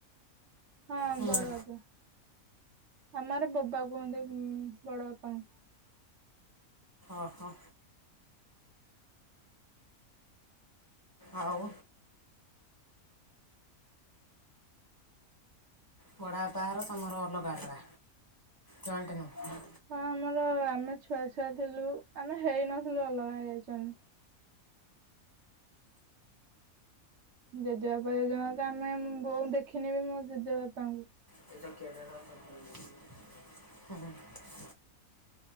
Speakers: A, on the right; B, on the left.
A: ହଁ
B: ହୁଁ
A: ବଡ ବାବା। ଆମର ବାବା କୁହନ୍ତି ବଡ ବାପାଙ୍କୁ।
B: ଓହୋ। ଆଉ ବଡ଼ ବାପା ଘର ତମର ଅଲଗା ଅଲଗା ଜୟଣ୍ଟ ନୁହଁ?
A: ହଁ ଆମର ଆମେ ଛୁଆ ଛୁଆ ଥିଲୁ ଆମେ ହେଇନଥିଲୁ ଅଲଗା ହେଇଯାଇଛୁ ଆମେ। ଜେଜେବାପା ଜେଜେମା ତ ନାଇଁ ବୋଉ ଦେଖିନିି ମୋ ଜେଜେ ବାପାଙ୍କୁ।
B: <unintelligible>